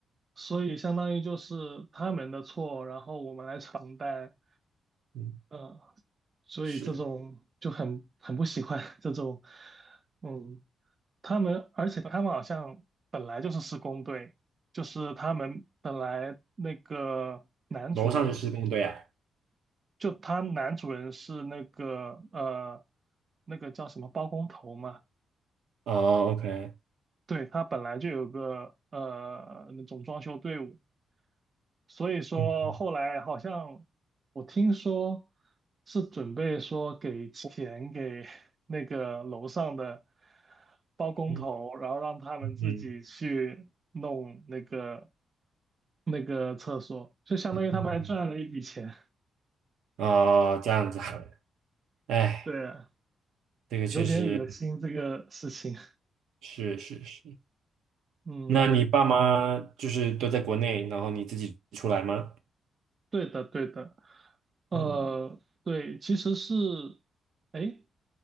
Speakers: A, on the right (about 30°); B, on the right (about 80°).
A: 所以相当于就是他们的错，然后我们来承担。
B: 嗯，
A: 呃，所以这种就很很不喜欢
B: 是
A: <laughs> 这种，嗯，他们，而且他们好像本来就是施工队，就是他们本来那个男主人，
B: 楼上是施工队啊。
A: 就他男主人是那个呃那个叫什么包工头嘛，
B: 哦，OK，
A: 对，他本来就有个呃那种装修队伍，所以说后来好像我听说
B: 嗯
A: 是准备说给钱给 <laughs> 那个楼上的包工头，
B: 嗯
A: 然后让他们自己去弄那个
B: 嗯嗯，
A: 那个厕所，就相当于他们还赚了一笔钱。
B: 嗯哦，这样子啊，哎，
A: <laughs> 对啊，
B: 这个确实
A: 有点恶心这个事情。
B: 是是是。
A: 嗯，
B: 那你爸妈就是都在国内，然后你自己出来吗？
A: 对的，对的。呃，
B: 嗯
A: 对，其实是，哎，